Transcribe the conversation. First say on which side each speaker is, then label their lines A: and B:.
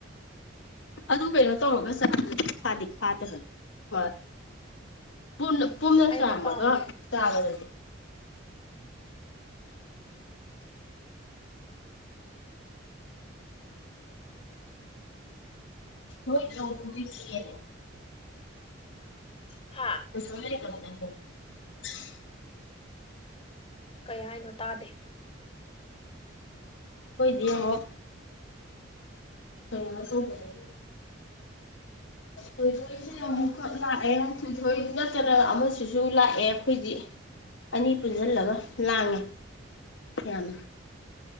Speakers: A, on the left; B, on the left.
A: ꯑꯗꯨ ꯀꯩꯅꯣ ꯇꯧꯔꯒ ꯆꯥꯔꯗꯤ ꯈꯥꯗꯤ ꯈꯥꯗꯕꯟ ꯍꯣꯏ ꯄꯨꯝꯅ ꯄꯨꯝꯅ
B: ꯑꯩꯗꯤ
A: ꯆꯥꯝꯃꯒ
B: ꯄꯥꯝꯗꯦ
A: ꯇꯥꯎꯔꯗꯤ ꯃꫭꯏ ꯂꯧꯔꯤꯅꯦ <inaudible>
B: ꯍꯥ
A: <inaudible>
B: ꯀꯩ ꯍꯥꯏꯅꯣ ꯇꯥꯗꯦ
A: ꯅꫭꯏꯗꯤ ꯌꯦꯡꯉꫭ ꯀꯩꯅꫭ ꯇꯧꯕꯗꯒꯤ ꯊꯣꯏꯊꫭꯏꯁꯦ ꯑꯃꯨꯛꯀ ꯂꯥꯛꯑꯦ ꯊꫭꯏꯊꯣꯏ ꯅꯠꯇꯅ ꯑꯃꯁꯤꯁꯨ ꯂꯥꯛꯑꯦ ꯑꯩꯈꯣꯏꯗꯤ ꯑꯅꯤ ꯄꯨꯟꯁꯤꯜꯂꯒ ꯂꯥꯡꯉꯦ ꯌꯥꯝꯅ